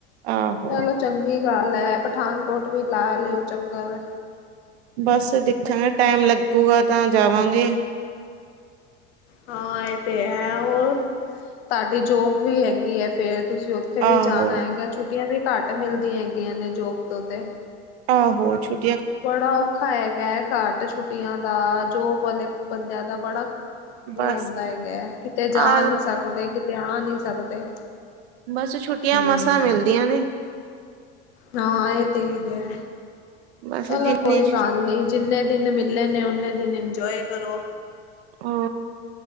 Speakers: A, on the right; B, on the left.
A: ਆਹੋ!
B: ਚਲੋ ਚੰਗੀ ਗੱਲ ਹੈ ਪਠਾਨਕੋਟ ਵੀ ਲਾ ਲਿਓ ਚੱਕਰ।
A: ਬਸ ਦੇਖਾਂਗੇ ਟਾਈਮ ਲੱਗੂਗਾ ਤਾਂ ਜਾਵਾਂਗੇ।
B: ਹਾਂ ਇਹ ਤੇ ਹੈ ਹੋਰ, ਤੁਹਾਡੀ ਜੋਬ ਵੀ ਹੈਗੀ ਹੈ ਫੇਰ ਤੁਸੀਂ ਉਥੇ ਕਿਤੇ ਵੀ
A: ਆਹੋ
B: ਜਾਣਾ ਹੈਗਾ ਛੁੱਟੀਆਂ ਵੀ ਘੱਟ ਮਿਲਦੀਆਂ ਹੈਗੀਆਂ ਨੇ ਜੋਬ ਉੱਤੇ।
A: ਆਹੋ ਛੁਟ
B: ਬੜਾ ਔਖਾ ਹੈਗਾ ਹੈ ਘੱਟ ਛੁੱਟੀਆਂ ਦਾ ਜੋ ਪਲ ਬੰਦਿਆਂ ਦਾ ਬੜਾ ਉਹ
A: ਬਸ
B: ਹੁੰਦਾ ਹੈਗਾ, ਕਿਤੇ ਜਾ
A: ਆ
B: ਨਹੀਂ ਸਕਦੇ ਕਿਤੇ ਆ ਨਹੀਂ ਸਕਦੇ।
A: ਬਸ ਛੁੱਟੀਆਂ
B: ਹਮ
A: ਮਸਾਂ ਮਿਲਦੀਆਂ ਨੇ।
B: ਹਾਂ, ਇਹ ਤੇ ਹੈਗਾ
A: ਬਸ
B: ਚਲੋ
A: ਜਿੰਨੀ
B: ਕੋਈ ਗੱਲ ਨੀ। ਜਿੰਨੇ ਦਿਨ ਮਿਲਲੇ ਨੇ ਉਨੇ ਦਿਨ ਇੰਜੋਏ ਕਰੋ।
A: ਹੂੰ